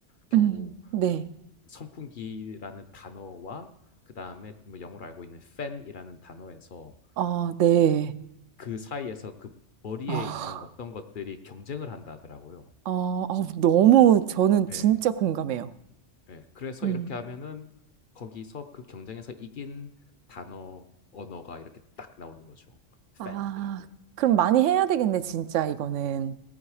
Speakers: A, on the left; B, on the right.
A: 경우
B: 음, 네.
A: 선풍기라는 단어와 그 다음에 뭐 영어로 알고 있는 fan이라는 단어에서
B: 아, 네.
A: 그 사이에서 그 머리에
B: 아.
A: 있는 어떤 것들이 경쟁을 한다 하더라고요.
B: 어, 어, 너무 저는 진짜
A: 예.
B: 공감해요.
A: 예, 그래서
B: 음.
A: 이렇게 하면은 거기서 그 경쟁에서 이긴 단어, 언어가 이렇게 딱 나오는 거죠.
B: 아,
A: 팬이라고.
B: 그럼 많이 해야 되겠네,
A: 예.
B: 진짜 이거는.